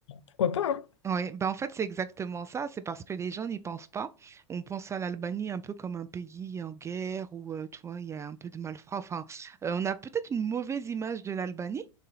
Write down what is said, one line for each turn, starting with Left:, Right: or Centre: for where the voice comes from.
Left: pourquoi pas, hein.
Right: Oui, ben en fait, c'est exactement ça. C'est parce que les gens n'y pensent pas. On pense à l'Albanie un peu comme un pays en guerre où, euh, tu vois, il y a un peu de malfrats. Enfin, euh, on a peut-être une mauvaise image de l'Albanie